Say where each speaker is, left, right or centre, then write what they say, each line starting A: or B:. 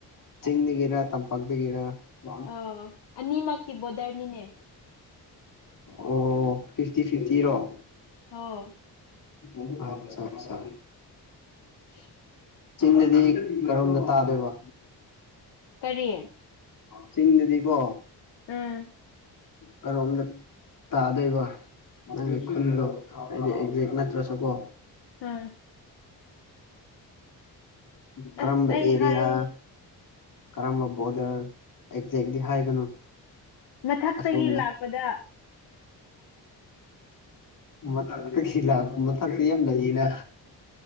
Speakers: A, on the left; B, on the left.
A: ꯆꯤꯡꯗꯒꯤꯔꯥ ꯇꯝꯄꯥꯛꯇꯒꯤꯔꯥ <unintelligible>
B: ꯑꯥ ꯑꯅꯤꯃꯛꯀꯤ ꯕꯣꯔꯗꯔꯅꯤꯅꯦ
A: ꯑꯣ ꯐꯤꯐꯇꯤ ꯐꯤꯐꯇꯤꯔꯣ <unintelligible>
B: ꯑꯣ
A: ꯎꯝ ꯑꯠꯁꯥ ꯑꯠꯁꯥ
B: <inaudible>
A: ꯆꯤꯡꯗꯗꯤ ꯀꯔꯣꯝꯗ ꯇꯥꯗꯣꯏꯕ
B: ꯀꯔꯤ
A: ꯆꯤꯡꯗꯨꯗꯤꯀꯣ
B: ꯎꯝ
A: ꯀꯔꯣꯝꯗ ꯇꯥꯗꯣꯏꯕ ꯅꯪꯒꯤ ꯈꯨꯟꯗꯣ ꯑꯩꯗꯤ ꯑꯦꯛꯖꯦꯛ ꯅꯠꯇ꯭ꯔꯁꯨꯀꯣ
B: ꯎꯝ
A: ꯀ꯭ꯔꯝꯕ
B: ꯑꯁ ꯑꯩ
A: ꯑꯦꯔꯤꯌꯥ
B: ꯍꯥꯏ
A: ꯀꯔꯝꯕ ꯕꯣꯔꯗꯔ ꯑꯦꯛꯖꯦꯛꯇꯤ ꯍꯥꯏꯒꯅꯨ
B: ꯃꯊꯛꯇꯒꯤ
A: ꯑꯁꯣꯝꯗ
B: ꯂꯥꯛꯄꯗ
A: ꯃꯊꯛꯇ ꯁꯤ ꯂꯥꯛꯄ ꯃꯊꯛꯁꯤ ꯌꯥꯝ ꯂꯩꯌꯤꯅ